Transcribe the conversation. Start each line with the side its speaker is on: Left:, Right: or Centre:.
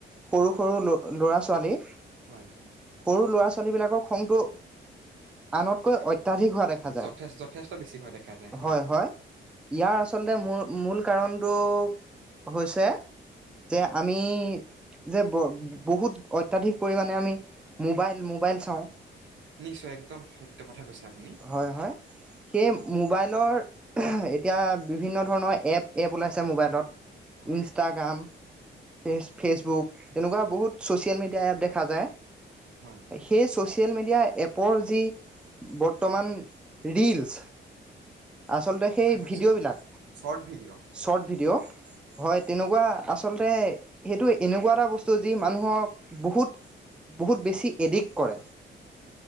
Centre: সৰু সৰু ল ল'ৰা ছোৱালী
Right: হয় হয়
Centre: আৰু ল'ৰা ছোৱীবিলাকক খংটো আনতকৈ অত্যাধিক হোৱা দেখা যায়
Right: যথে যথেষ্ট বেছি হোৱা দেখা যায়
Centre: হয় হয় ইয়াৰ আচলতে মূ মূল কাৰণতটো হৈছে যে আমি যে বহুত অত্াধিক পৰিমণে আমি মোবাইল মোবাইল চাওঁ
Right: নিশ্চয় একদম সত্য কথা কৈছে আপুনি
Centre: হয় হয় সেই মোবাইলৰ এতিয়া বিভিন্ন ধৰণৰ এপ এপ ওলাইছে মোবাইলত
Right: হয়
Centre: ইনষ্টাগ্ৰাম ফেচ ফেচবুক এনেকুৱা বহুত চচিয়েল মিডিয়া এপ দেখা যায়
Right: হয়
Centre: সেই ছচিয়েল মিডিয়া এপৰ যি বৰ্তমান ৰীলচ আচলতে সেই
Right: হয় হয়
Centre: ভিডিঅ'বিলাক
Right: শৰ্ট ভিডিঅ'
Centre: চৰ্ট ভিডিঅ' হয় তেনেকুৱা আচলতে সেইটো এনেকুৱা এটা বস্তু যি মানুহক বহুত বহুত বেছি এডিক্ট কৰে